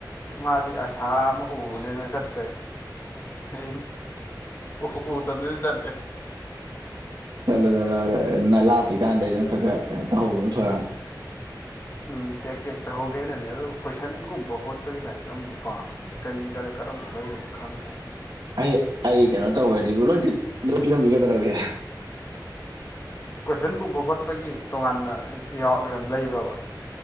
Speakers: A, on the left; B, on the right.
A: ꯃꯥꯗꯤ ꯑꯁꯥ ꯑꯃ ꯎꯕꯅꯤꯅ ꯆꯠ ꯦ ꯑ ꯑꯣ ꯑꯣꯗꯗꯤꯗꯤ ꯆꯜꯔꯦ
B: ꯆꯠꯂꯣ ꯆꯠꯂꯣ ꯑꯗ ꯅ ꯂꯥꯞꯄꯤꯤ ꯀꯥꯟꯗꯩ ꯑꯗꯨꯝ ꯈꯔ ꯈꯔꯣ ꯇꯧꯍꯧꯕꯅ ꯐꯔꯛꯅꯤ
A: ꯎꯝ ꯇꯦꯛ ꯇꯦꯛ ꯇꯍꯧꯒꯦꯅꯅꯦ ꯑꯣ ꯀꯣꯏꯁꯟꯒꯨꯝꯕ ꯍꯣꯠꯄꯒꯤ ꯂꯥꯏꯔꯤꯛ ꯑꯃꯗꯤ ꯄꯥꯝꯕꯅꯦ ꯀꯔꯤ ꯀꯔꯤ ꯀꯔꯝꯕ ꯂꯩꯔꯤꯅꯣ ꯈꯪꯗ꯭ꯔꯔꯤ
B: ꯑꯩ ꯑꯩ ꯀꯩꯅꯣ ꯇꯧꯋꯗꯤꯕꯨ ꯂꯣꯏ ꯂꯣꯏ ꯄꯤꯔꯝꯈꯤꯒꯗꯧꯔꯒꯦ
A: ꯀꯣꯏꯁꯟꯒꯨꯝꯕ ꯍꯣꯠꯄꯒꯤ ꯇꯣꯉꯥꯟꯅ ꯌꯥꯎꯒ ꯂꯩꯕ꯭ꯔꯕ